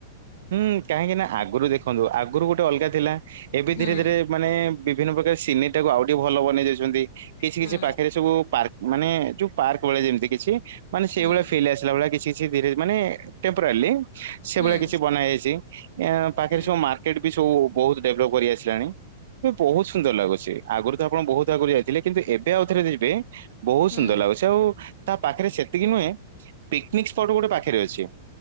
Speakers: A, on the right; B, on the left.
A: ହୁଁ କାହିଁକି ନା ଆଗରୁ ଦେଖନ୍ତୁ ଆଗରୁ ଗୋଟେ ଅଲଗା ଥିଲା। ଏବେ
B: ହୁଁ
A: ଧୀରେ ଧୀରେ ମାନେ ବିଭିନ୍ନ ପ୍ରକାର ସିନେରୀ ଟାକୁ ଆଉ ଟିକେ ଭଲ ବନେଇ ଦଉଛନ୍ତି। କିଛି
B: ହୁଁ
A: କିଛି ପାଖରେ ସବୁ ପାର୍କ ମାନେ ଯୋଉ ପାର୍କ ଭଳିଆ ଯେମିତି କିଛି ମାନେ ସେଇ
B: ହୁଁ
A: ଭଳିଆ ଫିଲ୍ ଆସିଲା ଭଳିଆ କିଛି କିଛି ଧୀରେ ମାନେ ଟେପରରାଲି ସେ
B: ହୁଁ
A: ଭଳିଆ କିଛି ବନାଯାଇଛି। ପାଖରେ
B: ହୁଁ
A: ସବୁ ମାର୍କ କେଟ୍ ବି ସବୁ ବହୁତ ଡେଭଲପ କରି ଆସିଲାଣି। ଏବେ ବହୁତ ସୁନ୍ଦର ଲାଗୁଛି। ଆଗରୁ ତ ଆପଣ ବହୁତ ଆଗରୁ ଥିଲେ କିନ୍ତୁ ଏବେ ଆଉଥରେ ଯିବେ। ବହୁତ
B: ହୁଁ
A: ସୁନ୍ଦର ଲାଗୁଛି ସେ ଆଉ ତା ପାଖରେ ସେତିକି ନୁହେଁ। ପିକନିକ ସ୍ପଟ ଗୋଟେ ପାଖରେ ଅଛି।